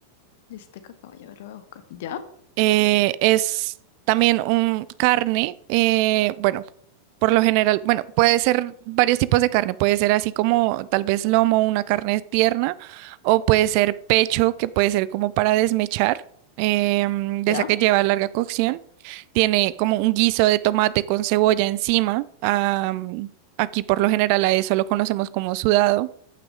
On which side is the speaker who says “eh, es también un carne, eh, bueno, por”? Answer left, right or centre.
Right